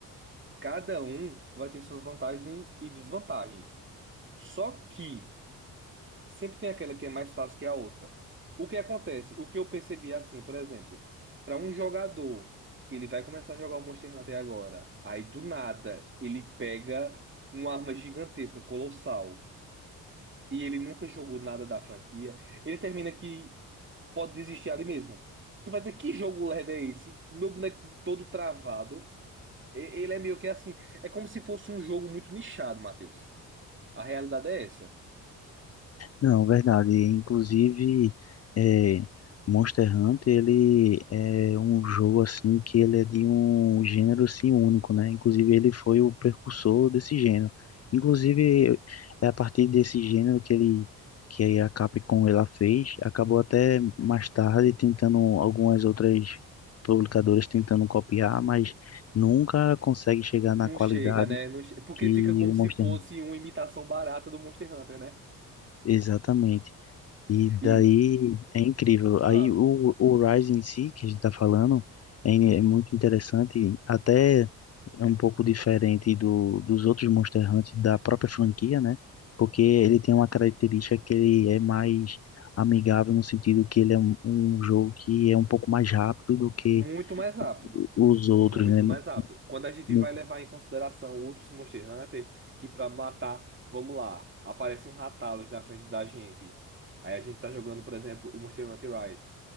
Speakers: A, on the right (about 30°); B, on the left (about 40°).
A: Cada um vai ter suas vantagens e desvantagens. Só que sempre tem aquela que é mais fácil que a outra. O que acontece? O que eu percebi é assim, por exemplo, para um jogador que ele vai começar a jogar o Monster Hunter agora, aí do nada ele pega uma arma gigantesca, colossal, e ele nunca jogou nada da franquia, ele termina que pode desistir ali mesmo. Tu vai dizer, que jogo lerdo é esse? Meu boneco todo travado. E- Ele é meio que assim. É como se fosse um jogo muito nichado, Matheus. A realidade é essa.
B: Não, verdade. Inclusive, é, Monster Hunter, ele é um jogo assim que ele é de um gênero assim único, né? Inclusive, ele foi o precursor desse gênero. Inclusive, é a partir desse gênero que ele que a Capcom ela fez, acabou até mais tarde tentando algumas outras publicadoras tentando copiar, mas nunca consegue chegar
A: Não
B: na qualidade
A: chega, né? Não che- Porque
B: que
A: fica como
B: o
A: se
B: Monster
A: fosse
B: Hunter.
A: uma imitação barata do Monster Hunter, né?
B: Exatamente. E daí
A: E,
B: é incrível. Aí
A: ah,
B: o, o Rise em si, que a gente tá falando, é, é muito interessante, até é um pouco diferente do, dos outros Monster Hunter da própria franquia, né? Porque ele tem uma característica que ele é mais amigável no sentido que ele é um, um jogo que é um pouco mais rápido do que
A: muito mais rápido.
B: os outros,
A: Muito
B: né? No-
A: mais rápido. Quando a gente
B: no-
A: vai levar em consideração outros Monster Hunter, que pra matar, vamos lá, aparece um Rathalos na frente da gente. Aí a gente tá jogando, por exemplo, o Monster Hunter Rise.